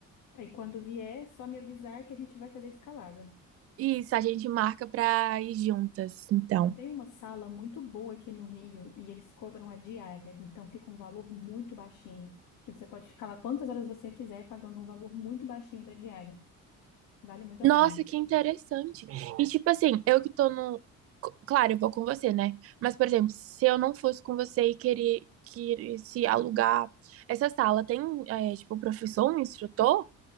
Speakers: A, on the left; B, on the right.
A: E quando vier, só me avisar que a gente vai fazer escalada.
B: Isso, a gente marca pra ir juntas, então.
A: Tem uma sala muito boa aqui no Rio e eles cobram a diária, então fica um valor muito baixinho, que você pode ficar lá quantas horas você quiser, pagando um valor muito baixinho da diária. Vale muito
B: Nossa,
A: a pena.
B: que interessante. E tipo assim, eu que tô no. C- Claro, eu vou com você, né? Mas, por exemplo, se eu não fosse com você e querer, se alugar essa sala, tem, é, tipo, professor, um instrutor?